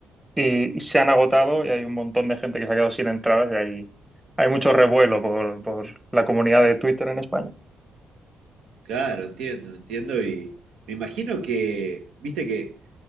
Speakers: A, in the centre; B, on the right.
A: y, y se han agotado y hay un montón de gente que se ha quedado sin entradas y hay, hay mucho revuelo por, por la comunidad de Twitter en España.
B: Claro, entiendo, entiendo y me imagino que, viste que